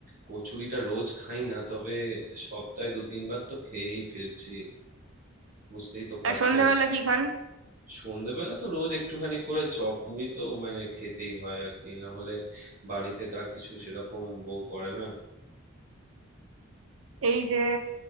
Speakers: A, on the right (about 40°); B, on the right (about 70°).
A: কচুরিটা রোজ খাই না তবে সপ্তাহে দু তিনবার তো খেয়েই ফেলছি বুঝতেই তো পারছেন
B: আর সন্ধ্যাবেলা কি খান
A: সন্ধ্যেবেলা তো রোজ একটুখানি করে চপ মুড়ি তো মানে খেতেই হয় আর কি না হলে বাড়িতে তো আর কিছু সেরকম বউ করে না
B: এই যে